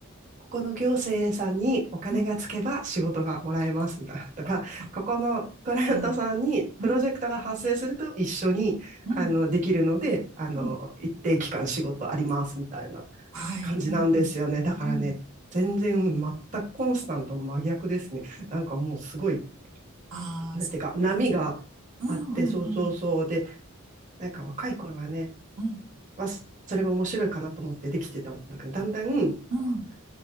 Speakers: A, on the right; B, on the right.
A: ここの行政さんにお金がつけば仕事がもらえます
B: うん。
A: <laughs> だとか、
B: あ、
A: ここのクライアントさんにプロジェクトが発生すると一緒にあのできるので、
B: はい。うん、うん、
A: あの一定期間仕事ありますみたいな
B: うん。はい。
A: 感じなんですよね。
B: うん、うん、
A: だからね、
B: うん。
A: 全然全くコンスタントの真逆ですね。なんかもうすごい、
B: ああ、
A: なんていうか波があって、
B: そっか。うん、うん、
A: そうそうそう。
B: うん、
A: で、なんか若い頃はね、
B: うん、
A: まあ、それも面白いかなと思ってできてたんだけど、だんだん、
B: うん、
A: こ